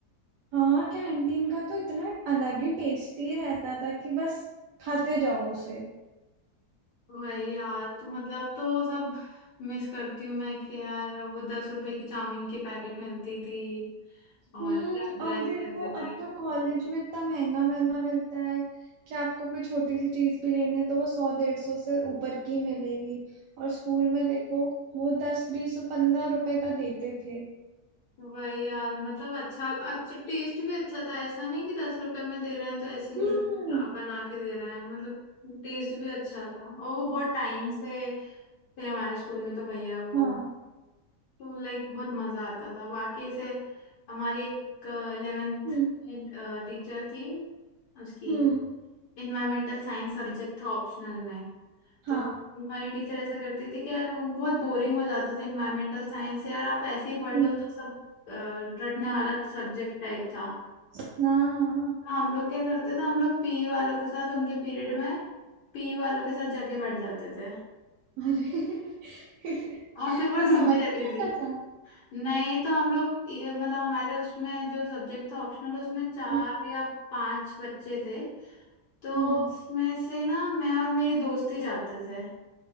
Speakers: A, on the right; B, on the left.
A: हाँ कैंटीन का तो इतना अलग ही टेस्टी रहता था कि बस खाते जाओ उसे
B: वही यार तो मतलब तो वो सब मिस करती हूँ मैं कि यार वो दस रुपए की चाउमीन के पैकेट मिलती थी और
A: हम्म
B: फ्राइड राइस
A: अब देखो
B: रहते थे
A: अब तो कॉलेज में इतना महंगा महंगा मिलता है कि आपको कोई छोटी सी चीज भी लेनी है तो वो सौ डेढ़ सौ से ऊपर की मिलेगी और स्कूल में देखो वो दस बीस पंद्रह रुपए का देते थे
B: वही यार मतलब अच्छा अच्छा टेस्ट भी अच्छा था ऐसा नहीं कि दस रुपए में दे रहे हैं तो ऐसे कुछ
A: हम्म
B: बना के दे रहा है मतलब टेस्ट भी अच्छा था और वो बहुत टाइम से थे हमारे स्कूल में तो भैया वो
A: हाँ
B: तो लाइक बहुत मजा आता था बाकी से हमारी एक इलेवेंथ
A: हम्म
B: टीचर थी उसकी
A: हम्म
B: इन्वायरमेंटल साइंस सब्जेक्ट था ऑप्शनल में
A: हाँ
B: तो हमारी टीचर ऐसा करती थी कि यार वो बहुत बोरिंग हो जाता था इन्वायरमेंटल साइंस यार आप ऐसे ही पढ़
A: हम्म
B: लो तो सब अ, रटने वाला सब्जेक्ट टाइप था
A: हाँ हाँ
B: तो हम लोग क्या करते थे हम लोग पी वालों के साथ उनके पीरियड में पी वालों के साथ जाके बैठ जाते थे
A: अरे <laughs>
B: और फिर वो
A: तो
B: ढूंढती
A: समझ
B: रहती
A: नहीं
B: थी
A: आता था
B: नहीं तो हम लोग ये- मतलब हमारे उसमें जो सब्जेक्ट था ऑप्शनल उसमें चार
A: हम्म
B: या पांच बच्चे थे तो
A: हम्म,
B: उसमें से ना मैं और मेरी दोस्ती जाते थे